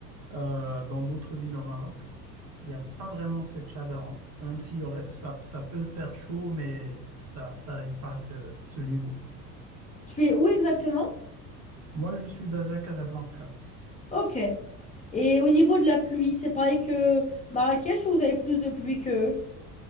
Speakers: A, on the right; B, on the left.
A: euh, dans d'autres villes au Maroc, il n'y a pas vraiment cette chaleur. Même s'il y aurait, ça, ça peut faire chaud, mais ça, ça n'arrive pas à ce, ce niveau.
B: Tu es où exactement?
A: Moi, je suis basé à Casablanca.
B: Ok. Et au niveau de la pluie, c'est pareil que Marrakech ou vous avez plus de pluie que